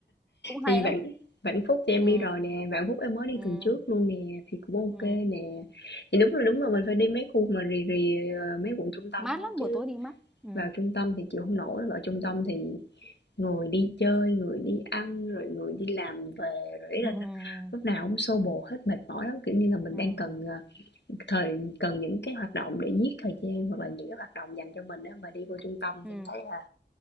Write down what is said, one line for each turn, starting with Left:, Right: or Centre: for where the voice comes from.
Centre: cũng hay
Left: Thì Vạn
Centre: lắm
Left: Vạn Phúc thì em
Centre: ừ.
Left: đi rồi nè, Vạn Phúc em mới đi
Centre: Ừ.
Left: tuần trước luôn nè, thì cũng OK
Centre: Ừ.
Left: nè. Thì đúng là đúng là mình phải đi mấy khu mà rì rì ờ, mấy quận trung tâm
Centre: mát
Left: thôi
Centre: lắm
Left: chứ
Centre: buổi tối đi mát ừ.
Left: vào trung tâm thì chịu không nổi, vào trung tâm thì người đi chơi, người đi ăn rồi người đi làm về rồi ý là
Centre: <laughs>
Left: nó, lúc nào cũng xô bồ hết mệt mỏi lắm kiểu như là mình
Centre: Ừ. Ừ.
Left: đang cần ờ, thời cần những cái hoạt động để giết thời gian hoặc là những cái hoạt động dành cho mình á mà đi vô trung tâm
Centre: Ừ.
Left: thì em thấy là